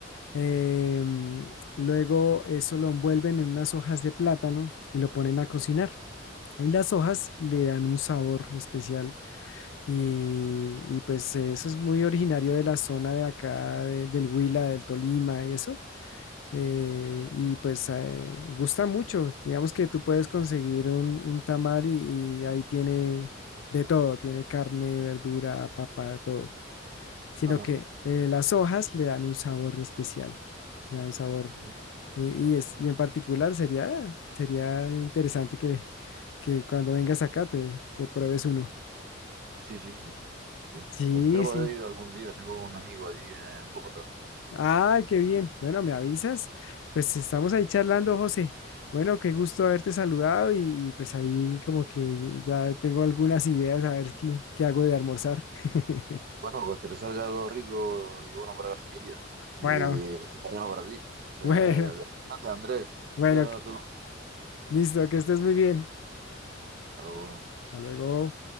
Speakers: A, on the left (about 75°); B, on the right (about 50°).
A: Em, luego eso lo envuelven en unas hojas de plátano y lo ponen a cocinar. Y las hojas le dan un sabor especial. Y, y pues eso es muy originario de la zona de acá, de- del Huila, del Tolima y eso. Eh, y pues eh, gusta mucho. Digamos que tú puedes conseguir un, un tamal y, y ahí tiene de todo. Tiene carne, verdura, papa, todo. Sino
B: Ajá.
A: que eh, las hojas le dan un sabor especial. Le dan un sabor
B: Ujú.
A: y,
B: Vale.
A: y es, y en particular sería, sería interesante que, que cuando vengas acá te, te pruebes uno.
B: Sí, sí, sí. Sí.
A: Sí,
B: Espero poder
A: sí.
B: ir algún día. Tengo un amigo allí en Bogotá.
A: Ah, qué bien. Bueno, me avisas. Pues estamos ahí charlando, José. Bueno, qué gusto haberte saludado y, y pues ahí como que ya tengo algunas ideas a ver qué, qué hago de almorzar. <laughs>
B: Bueno, pues que te salga algo rico y bueno para la familia. Y
A: Bueno,
B: vegetariano para ti. Eh,
A: bueno,
B: gracias, Andrés.
A: bueno.
B: Ya, tú. Hasta
A: Listo, que estés muy bien.
B: luego.
A: Hasta luego.